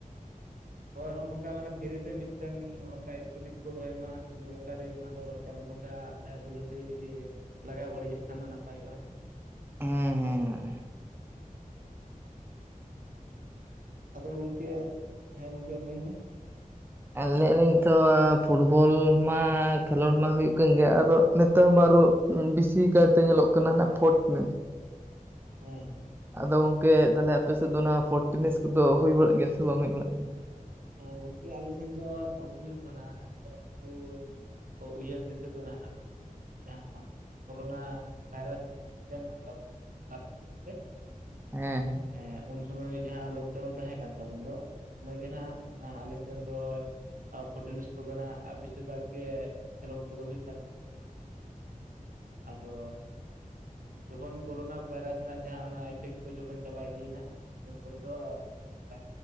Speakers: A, on the right; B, on the right.
A: ᱦᱳᱭ ᱱᱚᱜᱼᱚ ᱱᱚᱝᱠᱟ ᱢᱟᱱᱮ ᱯᱷᱤᱨᱤ ᱛᱮ ᱢᱤᱫᱴᱟ. ᱝ ᱱᱚᱝᱠᱟ ᱮᱥᱠᱩᱴᱤ ᱠᱚ ᱠᱚ ᱫᱚᱦᱚᱭ ᱢᱟ ᱞᱚᱴᱟᱨᱤ ᱚᱱᱟ ᱫᱚ ᱪᱟᱸᱫ ᱵᱚᱸᱜᱟ ᱫᱟᱭᱟ ᱫᱩᱞᱟᱹᱲ ᱛᱮᱜᱮ ᱡᱩᱫᱤ ᱞᱟᱜᱟᱣ ᱵᱟᱹᱲᱤᱡᱚᱜ ᱠᱷᱟᱱ ᱫᱚ ᱱᱟᱯᱟᱭᱚᱜᱼᱟ᱾
B: ᱦᱮᱸ ᱦᱮᱸ
A: ᱟᱫᱚ ᱜᱚᱢᱠᱮ, ᱦᱮᱸ ᱜᱚᱢᱠᱮ ᱢᱮᱱᱢᱮ
B: ᱞᱟᱹᱭ ᱟᱞᱤᱧ ᱛᱚ ᱯᱷᱩᱴᱵᱚᱞ ᱢᱟ ᱠᱷᱮᱞᱳᱰ ᱢᱟ ᱦᱩᱭᱩᱜ ᱠᱟᱱ ᱜᱮᱭᱟ ᱟᱨᱚ ᱱᱮᱛᱟᱨ ᱢᱟ ᱟᱨᱦᱚ ᱵᱮᱥᱤ ᱠᱟᱭᱛᱮ ᱧᱮᱞᱚᱜ ᱠᱟᱱᱟ ᱱᱟᱜ ᱯᱷᱳᱨᱴ ᱢᱮᱱ
A: ᱦᱮᱸ
B: ᱟᱫᱚ ᱜᱚᱝᱠᱮ ᱛᱟᱦᱚᱞᱮ ᱟᱯᱮ ᱥᱮᱫ ᱫᱚ ᱚᱱᱟ ᱯᱷᱚᱨᱴᱤᱱᱤᱥ ᱠᱚᱫᱚ ᱦᱩᱭ ᱵᱟᱲᱟᱜ ᱜᱮᱭᱟ ᱥᱮ ᱵᱟᱝ ᱦᱩᱭ ᱵᱟᱲᱟᱜ ᱜᱮᱭᱟ᱾
A: ᱦᱮ ᱜᱚᱝᱠᱮ ᱟᱞᱮ ᱥᱮᱱ ᱫᱚ ᱯᱳᱨᱴᱤᱱᱤᱥ ᱫᱚ ᱱᱟᱜ ᱡᱟᱨ ᱠᱩ ᱩᱭᱦᱟᱹᱨ ᱫᱤᱥᱟᱹ ᱫᱚ <unintelligible> ᱡᱟᱦᱟᱸ ᱟᱵᱚ ᱱᱚᱣᱟ ᱠᱳᱨᱳᱱᱟ ᱵᱷᱟᱭᱨᱟᱥ ᱦᱮᱡ ᱞᱮᱱᱟ ᱟᱵᱚ ᱱᱚᱣᱟ ᱵᱷᱟᱨᱚᱛ ᱫᱤᱥᱚᱢ ᱛᱮ
B: ᱦᱮᱸ
A: ᱦᱮᱸ ᱩᱱ ᱥᱩᱢᱚᱭ ᱡᱟᱦᱟᱸ ᱞᱚᱠᱰᱟᱣᱩᱱ ᱛᱟᱦᱮᱸ ᱠᱟᱱ ᱛᱟᱵᱚᱱ ᱫᱚ, ᱩᱱ ᱥᱩᱢᱚᱭ ᱜᱮ ᱱᱟᱜ ᱚᱱᱟ ᱟᱞᱮ ᱟᱯᱮ ᱥᱮᱱ ᱫᱚ ᱯᱷᱩᱴᱱᱤᱥ ᱠᱚᱫᱚ ᱱᱟᱜ ᱵᱮᱥᱤᱨ ᱵᱷᱟᱜᱽ ᱜᱮ ᱠᱷᱮᱞᱳᱰ ᱠᱚᱫᱚ ᱦᱩᱭᱩᱜ ᱠᱟᱱ ᱛᱟᱦᱮᱱᱟ᱾ <inaudible> ᱟᱫᱚ ᱡᱚᱠᱷᱚᱱ ᱠᱳᱨᱳᱱᱟ ᱵᱷᱟᱭᱨᱟᱥ ᱨᱮᱱᱟᱜ ᱡᱟᱦᱟᱸ ᱚᱱᱟ ᱤᱯᱷᱮᱠᱴ ᱠᱚ ᱡᱚᱠᱷᱚᱡ ᱪᱟᱵᱟᱟᱭ ᱤᱫᱤᱭᱮᱱᱟ ᱟᱫᱚ ᱤᱱᱟᱹ ᱯᱚᱨᱮ ᱫᱚ ᱟᱫᱚ ᱚᱱᱠᱟ